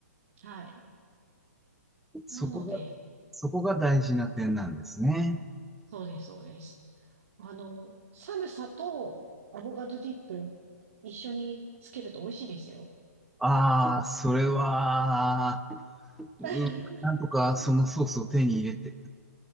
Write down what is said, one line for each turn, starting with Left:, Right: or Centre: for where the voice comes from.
Right: はい。
Centre: そこが、
Right: なので、
Centre: そこが大事な点なんですね。
Right: そうです、そうです。あの、サルサとアボカドディップ一緒につけると美味しいですよ。
Centre: ああ、それは、うん、
Right: <laughs>
Centre: なんとかそのソースを手に入れて、